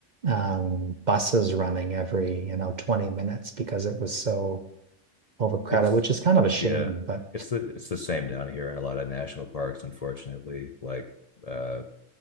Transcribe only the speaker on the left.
It's
yeah,
it's the it's the same down here in a lot of national parks. Unfortunately, like uh,